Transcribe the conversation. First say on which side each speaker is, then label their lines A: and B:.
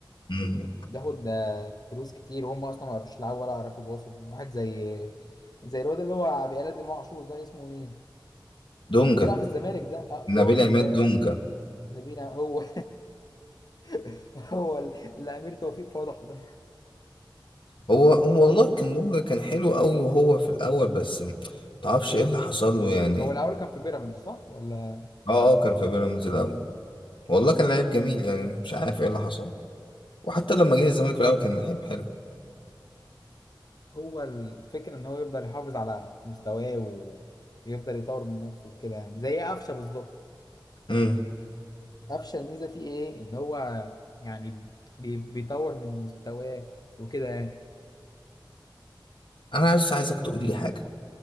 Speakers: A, on the left; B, on the left.
A: مم.
B: بتاخد آه، فلوس كتير وهم اصلا ما يعرفوش يلعبوا ولا يعرفوا يباصوا واحد زي زي الواد اللي هو بيقلد امام عاشور ده اسمه ايه
A: دونجا
B: اللي بيلعب في الزمالك ده أه دونجا
A: نبيل عماد دونجا
B: نبيل عم- هو <laughs> هو اللي امير توفيق فضحه ده
A: هو هو والله كان دونجا كان حلو قوي وهو في الأول بس م- متعرفش ايه اللي حصل له يعني
B: <laughs> هو الاول كان في بيراميدز صح ولا
A: اه اه كان في بيراميدز الأول والله كان لعيب جميل يعني مش عارف ايه اللي حصل له وحتى لما جه الزمالك في الأول كان لعيب حلو
B: هو الفكرة ان هو يفضل يحافظ على مستواه ويفضل يطور من نفسه وكده يعني زي قفشة بالظبط
A: مم.
B: قفشة الميزة فيه ايه ان هو يعني بي- بيطور من مستواه وكده يعني
A: أنا بس عايزك تقول لي حاجة